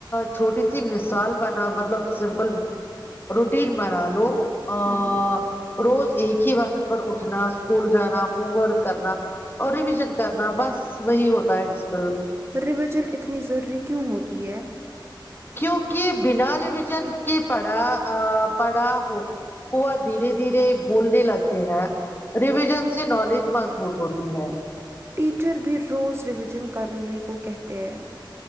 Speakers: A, on the left; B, on the right.
A: چھوٹی سی مثال بنا مطلب سمپل روٹین بنا لو ا
B: ہوں
A: روز ایک ہی وقت پر اٹھنا سکول جانا ہوم ورک کرنا اور ریویژن کرنا بس وہی ہوتا ہے ڈجپل
B: رویژن اتنی ضروری کیوں ہوتی ہے
A: کیونکہ بنا ریویژن کے پڑا پڑا ہو وہ دھیرے دھیرے بولنے لگتے ہیں ریویژن سے نالج مضبوط ہوتی ہے
B: ٹیچر بھی روز ریویژن کرنے کو کہتے ہیں